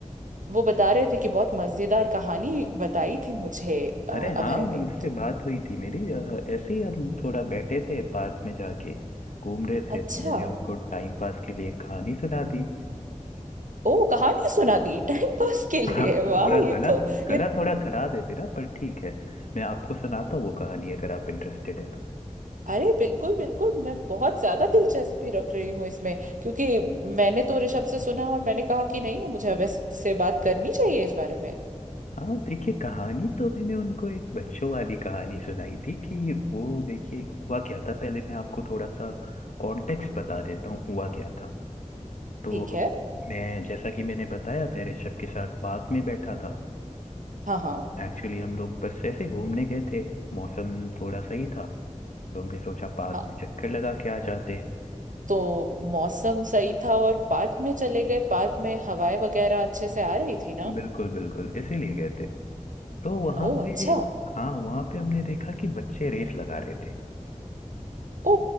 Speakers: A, on the right; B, on the left.
A: वो बता रहे थे कि बहुत मजेदार कहानी बताई थी मुझे अ,
B: अरे
A: अभय
B: हाँ
A: ने
B: उनसे
A: तो
B: बात हुई थी मेरी अ, ऐसे ही हम थोड़ा बैठे थे पार्क में जाके घूम रहे थे
A: अच्छा
B: तो मैंने उनको टाइम पास के लिए एक कहानी सुना दी
A: ओ कहानी सुना दी टाइम पास के लिए
B: हाँ
A: वाह
B: थोड़ा
A: ये
B: गला
A: तो
B: गला
A: ये
B: थोड़ा खराब है मेरा पर ठीक है मैं आपको सुनाता हूँ वो कहानी अगर आप इंटरेस्टेड है तो
A: अरे बिल्कुल बिल्कुल मैं बहुत ज्यादा दिलचस्पी रख रही हूँ इसमें क्योंकि मैंने तो ऋषभ से सुना और मैंने कहा कि नहीं मुझे अभय से बात करनी चाहिए इस बारे में
B: हाँ देखिए कहानी तो मैंने उनको एक बच्चों वाली कहानी सुनाई थी कि वो देखिए हुआ क्या था पहले मैं आपको थोड़ा सा कॉन्टेक्स्ट बता देता हूँ हुआ क्या था तो
A: ठीक है
B: मैं जैसा कि मैंने बताया मैं ऋषभ के साथ पार्क में बैठा था
A: हाँ हाँ
B: एक्चुअली हम लोग बस ऐसे घूमने गए थे मौसम थोड़ा सही था तो हमने सोचा पार्क
A: हाँ
B: में चक्कर लगा के आ जाते हैं।
A: तो मौसम सही था और पार्क में चले गए पार्क में हवाएं वगैरह अच्छे से आ रही थी ना
B: बिल्कुल बिल्कुल इसीलिए गए थे तो वहाँ
A: ओ अच्छा
B: पे हाँ वहाँ पे हमने देखा कि बच्चे रेस लगा रहे थे
A: ओ